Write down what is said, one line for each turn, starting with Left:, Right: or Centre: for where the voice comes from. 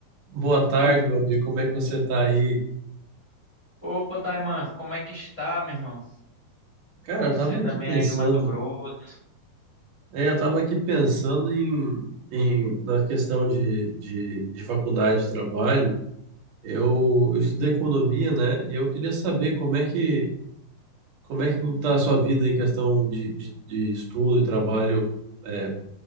Right: Boa tarde,
Left: O-
Right: meu amigo. Como é que você tá aí?
Left: Opa, Taiman, como é que está, meu irmão?
Right: Cara,
Left: Você
Right: eu tava
Left: também
Right: aqui pensando.
Left: aí no Mato Grosso.
Right: É, eu tava aqui pensando em, em na questão de, de, de faculdade de trabalho. Eu, eu estudei economia, né? E eu queria saber como é que como é que tá a sua vida em questão de, de, de estudo e trabalho é,